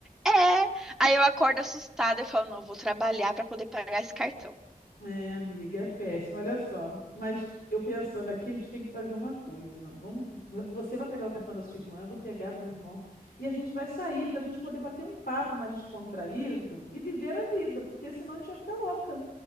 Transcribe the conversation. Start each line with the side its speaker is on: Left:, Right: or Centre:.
Centre: É. Aí eu acordo assustada, eu falo, não, eu vou trabalhar para poder pagar esse cartão.
Left: É, amiga, é péssimo. Olha só, mas eu pensando aqui, a gente tem que fazer uma coisa. Vamos, v- você vai pegar o cartão da sua irmã, eu vou pegar do meu irmão, e a gente vai sair para a gente poder bater um papo mais descontraído e viver a vida, porque senão a gente vai ficar louca. O